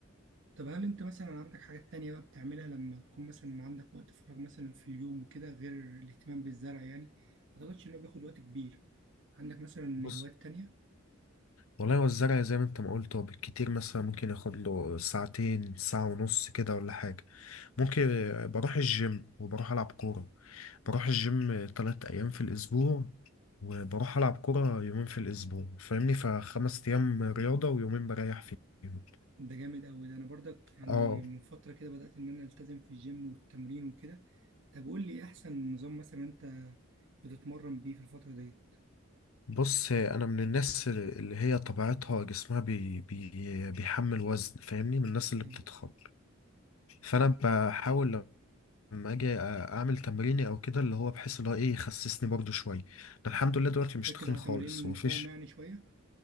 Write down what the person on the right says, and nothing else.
طب هل انت مثلا عندك حاجات تانية بقى بتعملها لما تكون مثلا عندك وقت فراغ مثلا في اليوم وكده غير الاهتمام بالزرع يعني ما اعتقدش ان هو بياخد وقت كبير عندك مثلا
هوايات تانية
ده جامد قوي ده انا برضك يعني
من فترة كده بدأت ان انا التزم في الجيم والتمرين وكده طب قول لي إيه احسن نظام مثلا انت بتتمرن بيه في الفترة دي
ايوه
تركز
على
تمارين المقاومة
يعني شوية